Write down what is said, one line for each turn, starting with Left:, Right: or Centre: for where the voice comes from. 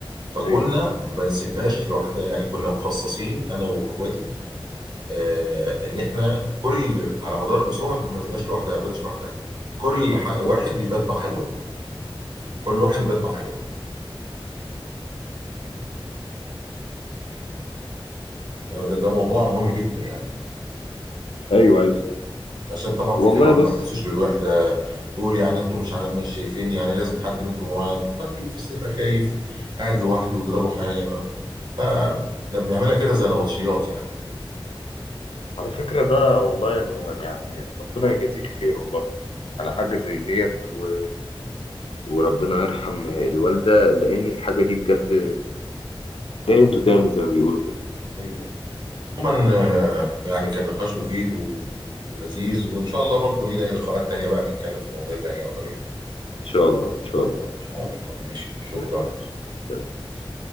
Right: فكنا
Left: ايوه
Right: ما نسيبهاش لوحدها يعني كنا مخصصين أنا وإخواتي آه، ان احنا كل على مدار الاسبوع ما تب- ما تبقاش لوحدها ما تباتش لوحدها كل ح- واحد بيبات معاها يوم كل واحد بيبات معاها يوم ده, ده ده موضوع مهم جدا يعني
Left: ايوه ايوه
Right: عشان طبعا
Left: والله
Right: في كبار
Left: بص
Right: ما يحسوش بالوحده تقول يعني انتم مش عارف مش شايفين يعني لازم حد منكم يبقى معايا طبعاً الكبير في السن يبقى خايف قاعد لوحده ويجرى له حاجه ما- فاحنا بنعملها كده زي نبطشيات يعني
Left: على فكرة ده والله المهم يعني ربنا يجازيه خير والله على حاجة زي ديت و... وربنا يرحم الوالدة لأن الحاجة دي بجد داين تو داين زي ما بيقولوا كده
Right: ايوه عموما آه، يعني كان نقاش مفيد و- ولذيذ وان شاء الله برضه لينا إيه، لقاءات تانيه بقى نتكلم في مواضيع تانيه قريب
Left: إن شاء الله إن شاء الله
Right: ان شاء الله ماشي شكرا
Left: ماشي ماشي مع السلامة